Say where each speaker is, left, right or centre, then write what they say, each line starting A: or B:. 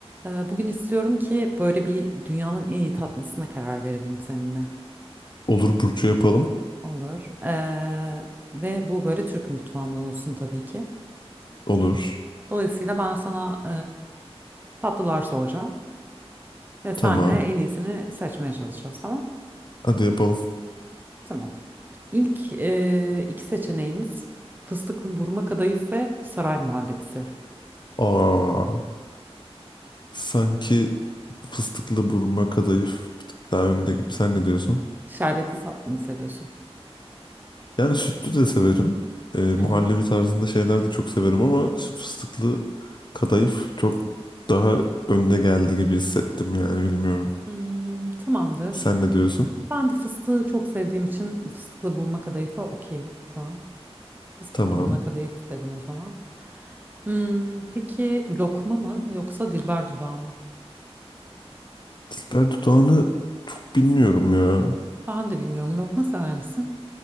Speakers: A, on the right; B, on the left.
A: Ee, Bugün istiyorum ki böyle bir dünyanın en iyi tatlısına karar verelim seninle.
B: Olur Burcu yapalım.
A: Olur. Ee, ve bu böyle Türk mutfağından olsun tabii ki.
B: Olur.
A: Dolayısıyla ben sana e, tatlılar soracağım. Ve senle
B: Tamam.
A: en iyisini seçmeye çalışacağız tamam?
B: Hadi yapalım.
A: Tamam. İlk e, iki seçeneğimiz fıstıklı burma kadayıf ve saray muhallebisi.
B: Aa, sanki fıstıklı burma kadayıf bir tık daha önde gibi. Sen ne diyorsun?
A: Şerbetli tatlı mı seviyorsun?
B: Yani sütlü de severim. Ee, muhallebi
A: Hı hı.
B: tarzında şeyler de çok severim ama şu fıstıklı kadayıf çok daha önde geldi gibi hissettim yani bilmiyorum.
A: Hmm, tamamdır.
B: Sen ne diyorsun?
A: Ben de fıstığı çok sevdiğim için fıstıklı burma kadayıfa okeyim şu an. Fıstıklı
B: Tamam.
A: burma kadayıf dedim o zaman. Hmm, peki lokma mı yoksa dilber dudağı mı?
B: Dilber dudağını çok bilmiyorum ya.
A: Ben de bilmiyorum. Lokma sever misin?